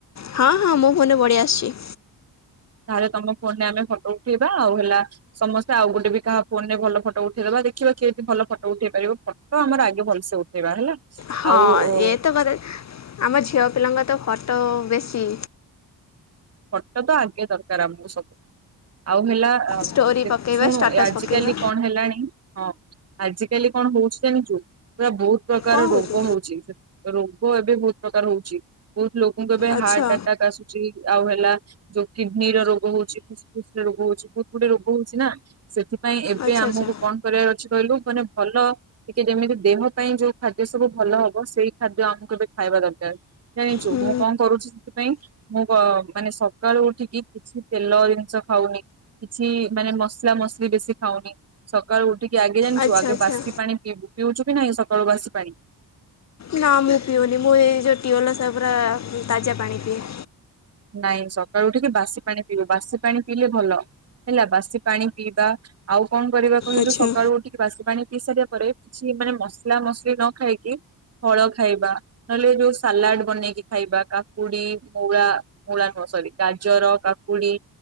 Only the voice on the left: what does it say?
ହଁ ହଁ ମୋ ଫୋନ୍ ରେ ବଡିଆସୁଚି।
ହଁ
ଏଇତ କଥା ଆମ ଝିଅ ପିଲାଙ୍କର ତ ଫୋଟୋ ବେଶୀ।
ଷ୍ଟୋରି
ପକାଇବା
ଷ୍ଟାଟସ୍
ପକାଇବା।
କଣ ହଉଛି?
ଆଚ୍ଛା
ଆଚ୍ଛା
ଆଚ୍ଛା
ହୁଁ
ଆଚ୍ଛା
ଆଚ୍ଛା।
ନା ମୁଁ ପିଉନି ମୁଁ ଏଇ ଯୋଉ ଟିଓଲ ସେ ପୁରା ତାଜା ପାଣି ପିଏ।
ଆଚ୍ଛା